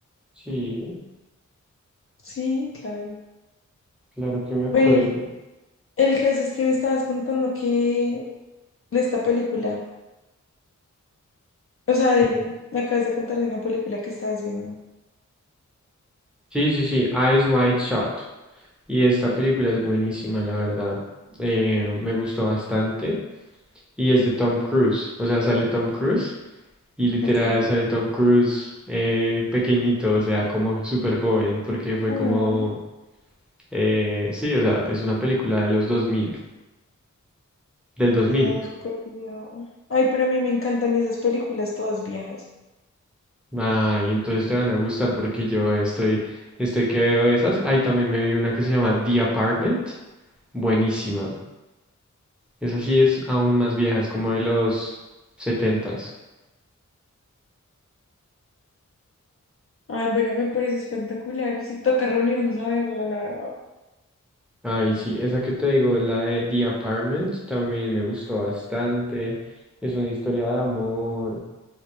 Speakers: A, in the centre; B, on the left.
A: Sí,
B: Sí, claro.
A: claro que me acuerdo.
B: Bueno, el, el caso es que me estabas contando que de esta película. O sea, del-
A: Sí,
B: me acabas de contar de una película que estabas viendo.
A: sí, sí, sí, Eyes Wide Shut. Y esta película es buenísima, la verdad. Eh, me gustó bastante. Y es de Tom Cruise. O sea, sale Tom Cruise. Y literal
B: Ok.
A: sale Tom Cruise eh, pequeñito, o sea, como súper joven. Porque fue
B: Mm,
A: como... eh, sí, o sea, es una película de los dos mil Del 2000.
B: no, súper viejo. Ay, pero a mí me encantan esas películas todas viejas.
A: Ay, entonces te van a gustar porque yo estoy... Estoy que veo esas. ahí también me vi una que se llama The Apartment. Buenísima. Esa sí es aún más vieja, es como de los 70
B: Ay, bueno, me parece espectacular. Sí, toca reunirnos a verla, la verdad.
A: Ay, sí, esa que te digo, la de The Apartment, también me gustó bastante. Es una historia de amor,